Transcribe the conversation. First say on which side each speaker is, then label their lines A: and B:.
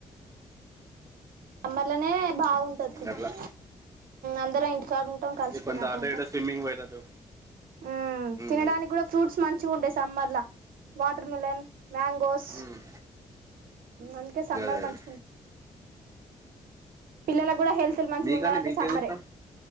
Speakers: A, on the right (about 80°); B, on the right (about 20°).
A: సమ్మర్ లోనే బాగుంట ఉంటది
B: అట్లా
A: అందరం ఇంటికాడ ఉంటాం కలిసిపోయినట్టు
B: ఇక కొంచెం అటు
A: ఉంటాం
B: ఇటు స్విమ్మింగ్ పోయేటట్టు
A: ఉ
B: మ్మ్,
A: తినడానికి
B: మ్మ్.
A: కూడా ఫ్రూట్స్ మంచిగా ఉంటాయి సమ్మర్లా వాటర్ మిలన్ మ్యాంగోస్
B: మ్మ్.
A: అందుకే సమ్మర్
B: గదే
A: మంచిగాంట
B: అదే
A: పిల్లలకు కూడా హెల్త్ మంచిగా
B: మీకండి
A: ఉండాలంటే
B: మీకేది
A: సమ్మరే
B: ఇష్టం